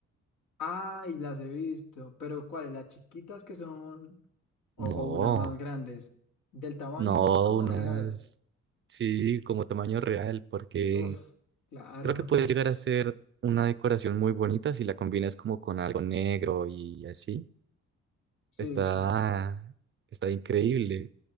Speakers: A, on the left (about 80°); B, on the right (about 40°).
A: Ay, las he visto, pero ¿cuáles? Las chiquitas que son, o, o
B: No,
A: unas más grandes, del tamaño
B: no,
A: así como
B: unas,
A: real.
B: sí, como tamaño real, porque
A: Uf, claro.
B: creo que puede llegar a ser una decoración muy bonita si la combinas como con algo negro y así.
A: Sí,
B: Está,
A: sí.
B: está increíble,